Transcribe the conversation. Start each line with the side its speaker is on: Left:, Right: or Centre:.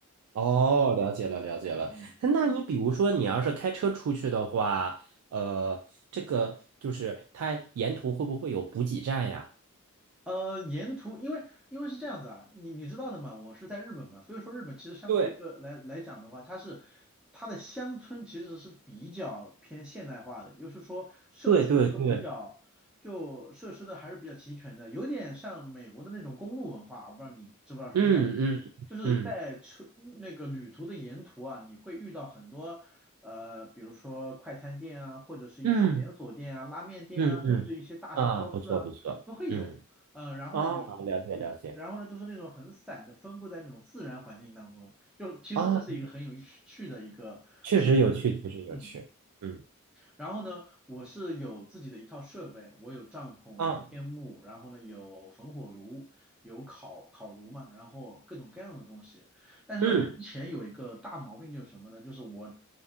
Right: 哦，了解了，了解了。
Centre: 嗯。
Right: 哎那你比如说，你要是开车出去的话，呃，这个就是它沿途会不会有补给站呀？
Centre: 呃，沿途因为因为是这样子啊，你你知道的嘛，我是在日本嘛，所以说日本其实相对于一个来来讲的话，
Right: 对，
Centre: 它是它的乡村其实是比较偏现代化的，也就是说设施都比较就设施的还是比较齐全的，
Right: 对对对，
Centre: 有点像美国的那种公路文化，我不知道你知不知道什么感觉，
Right: 嗯嗯嗯
Centre: 就是在车那个旅途的沿途啊，你会遇到很多呃，比如说快餐店啊，或者是一些连锁店啊、
Right: 嗯
Centre: 拉面店啊，
Right: 嗯嗯，
Centre: 甚至一些大型超市啊。
Right: 啊，不错不错，
Centre: 都会有。
Right: 嗯，
Centre: 嗯，然后呢有，
Right: 哦，了解了解，
Centre: 然后呢就是那种很散的，分布在那种自然环境当中，就其实这是一个很有趣的一个现象。
Right: 哦，确实有趣，确实有趣，
Centre: 嗯。
Right: 嗯
Centre: 然后呢，我是有自己的一套设备，我有帐篷，
Right: 啊，
Centre: 有天幕，然后呢有焚火炉，有烤烤炉嘛，然后各种各样的东西。但是呢，
Right: 嗯。
Centre: 我之前有一个大毛病就是什么呢？就是我